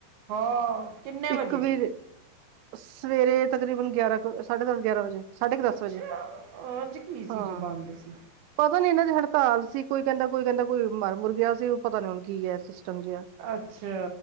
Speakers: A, on the right; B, on the right.
A: ਹਾਂ ਕਿੰਨੇ ਵਜੇ
B: ਇੱਕ ਵੀ ਸਵੇਰੇ ਤਕਰੀਬਨ ਗਿਆਰਾਂ ਕੁ ਸਾਢੇ ਦਸ ਗਿਆਰਾਂ ਵਜੇ ਸਾਢੇ ਕੁ ਦਸ
A: ਅੱਛਾ
B: ਵਜੇ
A: ਅੱਜ ਕੀ ਸੀ
B: ਹਾਂ
A: ਜੋ ਬੰਦ ਸੀ।
B: ਪਤਾ ਨੀ ਇਹਨਾਂ ਦੀ ਹੜਤਾਲ ਸੀ ਕੋਈ ਕਹਿੰਦਾ ਕੋਈ ਕਹਿੰਦਾ ਕੋਈ ਮਰ ਮੁਰ ਗਿਆ ਸੀ ਉਹ ਪਤਾ ਨੀ ਹੁਣ ਕੀ ਹੈ ਸਿਸਟਮ ਜਿਹਾ।
A: ਅੱਛਾ।